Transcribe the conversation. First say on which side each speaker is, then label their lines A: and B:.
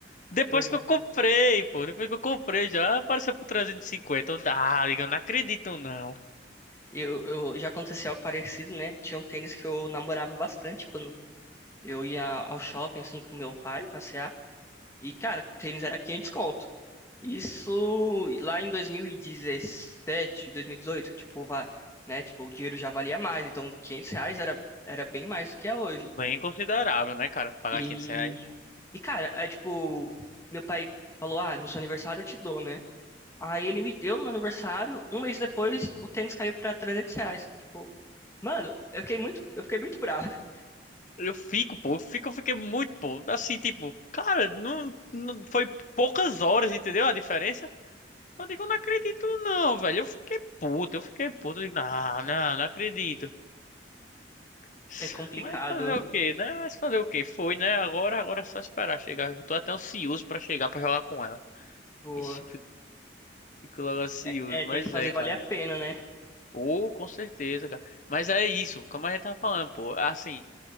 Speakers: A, on the left; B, on the left.
A: Depois
B: eu
A: que eu comprei, pô. Depois que eu comprei já apareceu por 350. Eu, ah, digo, eu não acredito, não.
B: Eu, eu já aconteceu algo parecido, né? Tinha um tênis que eu namorava bastante quando eu ia ao shopping assim com meu pai passear. E cara, o tênis era 500 conto. Isso lá em dois dois mil mil e dezessete dois mil e 2018, tipo, va- né? Tipo, o dinheiro já valia mais, então 500 reais era, era bem mais do que é hoje.
A: Bem considerável, né, cara? Pagar
B: E,
A: 500 reais.
B: e cara, é tipo, meu pai falou: "Ah, no seu aniversário eu te dou, né?" Aí ele me deu no meu aniversário, um mês depois o tênis caiu pra 300 reais. Tipo, Mano, eu fiquei muito, eu fiquei muito bravo. <laughs>
A: Eu fico, pô. Eu fico, eu fiquei muito, pô. Assim, tipo, cara, não, não foi poucas horas, entendeu? A diferença. Eu digo, eu não acredito, não, velho. Eu fiquei puto, eu fiquei puto. Eu digo, não, não, não acredito. <sighs>
B: É complicado,
A: Mas fazer o quê, né? Mas fazer o quê? Foi, né? Agora, agora é só esperar chegar. Eu tô até ansioso pra chegar pra jogar com ela.
B: pô.
A: Ixi, eu fico, fico logo ansioso.
B: É, é
A: Mas
B: ter que fazer
A: é, cara.
B: valer a pena, né?
A: Ou, com certeza, cara. Mas é isso, como a gente tava falando, pô. Assim,